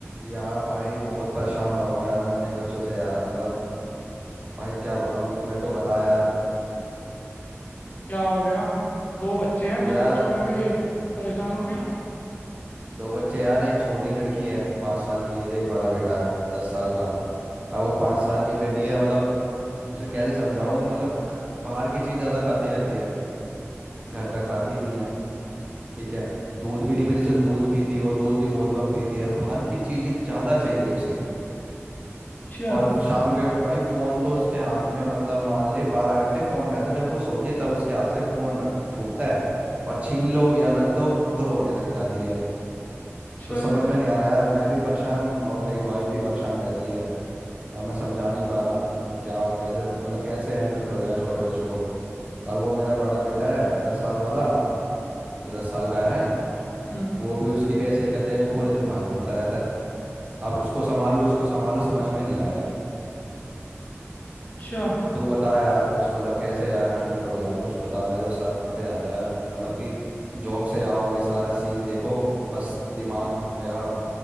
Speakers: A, on the right; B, on the left.
A: यार भाई बहुत परेशान हो रहा हूँ यार मैं अपने बच्चों से यार मतलब भाई क्या बताऊँ कुछ मेरे को बता यार हम्म,
B: क्या हो गया दो बच्चे हैं दो
A: यार
B: बच्चों में भी परेशान हो गया
A: दो बच्चे यार एक छोटी लड़की है पाँच साल की एक बड़ा बेटा है दस साल का अब वो पाँच साल की बेटी है मतलब उसे कैसे समझाऊँ मतलब क- बाहर की चीज़ ज़्यादा खाती रहती है घर का खाती नहीं है ठीक है दूध भी नहीं पीती चल दूध पीती हो दूध भी बहुत कम पीती है बाहर की चीज़ें ज़्यादा चाहिए उसे
B: अच्छा
A: और शाम के भाई फोन तो उसके हाथ में मतलब मान ले बारह घंटे फोन रहता है जब वो सोती है तब उसके हाथ से फोन रख छूटता है और छीन लो या रख दो तो रोने लग जाती है
B: अच्छा
A: तो समझ
B: जी
A: में नहीं आ रहा यार मैं भी परेशान और मेरी वाइफ भी परेशान रहती है अब मैं समझा नहीं पा रहा मैं क्या कैसे मतलब कैसे हैंडल करूँ यार छोटे बच्चों को और वो मेरा बड़ा बेटा है दस साल वाला जो दस साल का है
B: हम्म
A: वो भी उसकी भी ऐसी हरकत है वो पूरे दिन बाहर घूमता रहता है अब उसको संभालो इसको संभालो समझ में नहीं आ रहा है
B: अच्छा
A: तू बता यार कुछ मतलब कैसे यार हैंडल करूँ यार कुछ बता मेरा तो सर फटे जाता है यार मतलब कि जॉब से आओ ये सारा सीन देखो बस दिमाग मेरा